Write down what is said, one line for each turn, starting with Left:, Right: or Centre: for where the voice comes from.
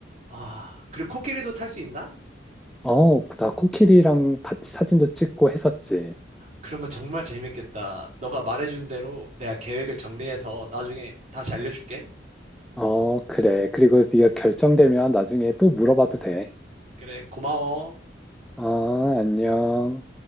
Right: 아, 그리고 코끼리도 탈 수 있나?
Centre: 어, 나 코끼리랑 같이 사진도 찍고 했었지.
Right: 그런 거 정말 재밌겠다. 너가 말해준 대로 내가 계획을 정리해서 나중에 다시 알려줄게.
Centre: 어, 그래. 그리고 네가 결정되면 나중에 또 물어봐도 돼.
Right: 그래, 고마워.
Centre: 어, 안녕.